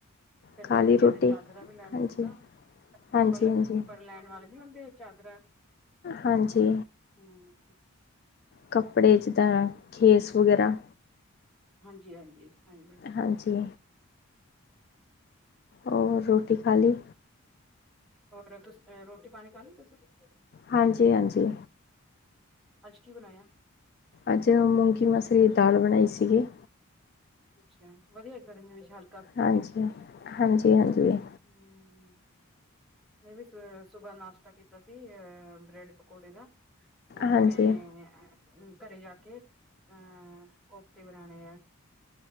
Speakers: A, in the centre; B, on the left.
A: ਫੇਰ
B: ਖਾਲੀ
A: ਗਰਮੀਆਂ
B: ਰੋਟੀ
A: ਦੇ ਚਾਦਰਾ ਵੀ ਲੈਣੇ
B: ਹਾਂਜੀ,
A: ਸੀ ਨਾ ਉੱਪਰ-ਉੱਪਰ
B: ਹਾਂਜੀ-ਹਾਂਜੀ। ਹਾਂਜੀ,
A: ਲੈਣ ਵਾਲੇ ਨੀ ਹੁੰਦੇ। ਚਾਦਰਾਂ
B: ਹਾਂਜੀ
A: ਹੂੰ
B: ਕੱਪੜੇ 'ਚ ਤਾਂ ਖੇਸ ਵਗੈਰਾ
A: ਹਾਂਜੀ ਹਾਂਜੀ ਹਾਂਜੀ ਹਮ
B: ਹਾਂਜੀ, ਔਰ ਰੋਟੀ ਖਾਲੀ।
A: ਹੋਰ ਤੁਸ ਰੋਟੀ ਪਾਣੀ ਖਾ ਲਈ ਤੁਸੀ।
B: ਹਾਂਜੀ-ਹਾਂਜੀ
A: ਅੱਜ ਕੀ ਬਣਾਇਆ।
B: ਅੱਜ ਮੂੰਗੀ ਮਸਰੀ ਦਾਲ ਬਣਾਈ ਸੀਗੀ।
A: ਅੱਛਾ ਵਧੀਆ ਗਰਮੀਆਂ ਵਿੱਚ ਹਾਲ
B: ਹਾਂਜੀ ਹਾਂਜੀ ਹਾਂਜੀ
A: ਹੂੰ। ਮੈਂ ਵੀ ਸੁਬਾਹ ਨਾਸ਼ਤਾ ਕੀਤਾ ਸੀ ਅ ਬ੍ਰੈਡ ਪਕੌੜੇ ਦਾ। ਹੁਣ
B: ਹਾਂਜੀ
A: ਮੈਂ ਅ ਘਰੇ ਜਾ ਕੇ ਅਹ ਕੋਪਤੇ ਬਣਾਣੇ ਆ।